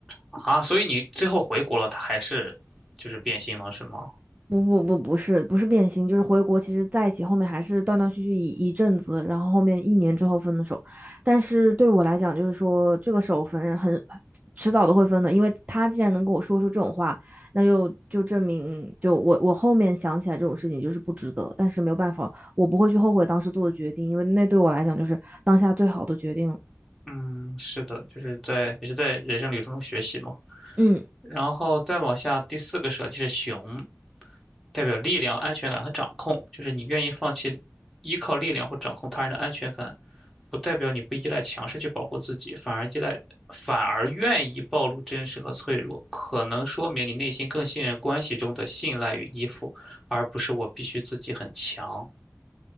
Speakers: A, in the centre; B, on the right.
A: 啊，所以你最后回国了，他还是就是变心了，是吗？
B: 不不不，不是不是变心，就是回国。其实在一起后面还是断断续续一一阵子，然后后面一年之后分的手。但是对我来讲，就是说这个手分很迟早都会分的，因为他既然能跟我说出这种话，那就就证明就我我后面想起来这种事情就是不值得。但是没有办法，我不会去后悔当时做的决定，因为那对我来讲就是当下最好的决定
A: 嗯，是的，就是在也是在人生旅程中学习嘛。
B: 嗯。
A: 然后再往下，第四个舍弃是熊，代表力量、安全感和掌控，就是你愿意放弃依靠力量或掌控他人的安全感，不代表你不依赖强势去保护自己，反而依赖，反而愿意暴露真实和脆弱，可能说明你内心更信任关系中的信赖与依附，而不是我必须自己很强。